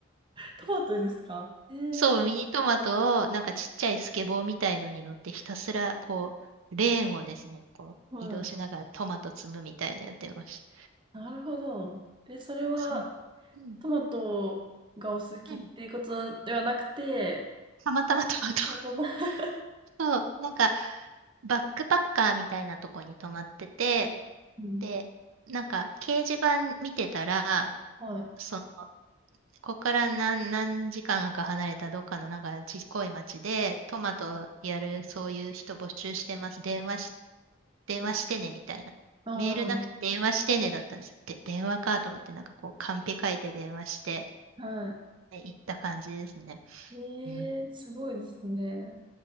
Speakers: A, on the right; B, on the right.
A: トマトですかへえ。
B: そう、ミニトマトを、なんかちっちゃいスケボーみたいのに乗ってひたすら、こう、レーンをですね、こう、
A: はい。
B: 移動しながらトマト積むみたいなのやってました。
A: なるほど。え、それは
B: そう。うん。
A: トマトがお好きっていうことではなくて、
B: うん。たまたまトマト。
A: トマトが
B: <laughs> そう、なんか、バックパッカーみたいなとこに泊まってて、
A: うん
B: で、なんか、掲示板見てたら、
A: はい。
B: その、ここから何、何時間か離れたどっかのなんかちっこい町で、トマトやるそういう人募集してます。電話し、電話してねみたいな。
A: ああ、
B: メールなくて電話してねだったんです。で、電話かと思ってなんかこうカンペ書いて電話して、
A: は
B: ね行った感じですね。
A: い。ええ、
B: うん
A: すごいですね。